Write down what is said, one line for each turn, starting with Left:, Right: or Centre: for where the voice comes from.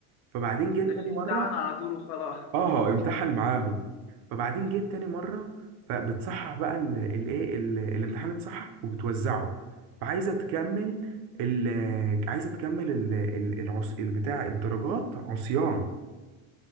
Right: فبعدين جيت
Left: انت جاي
Right: تاني مره
Left: تمتحن على طول وخلاص
Right: اه امتحن معاهم فبعدين جيت تاني مره فبتصحح بقى ال- الايه ال- الامتحان اتصحح وبتوزعه فعايزه تكمل ال- عايزه تكمل ال- ال- العص البتاع الدرجات عصيان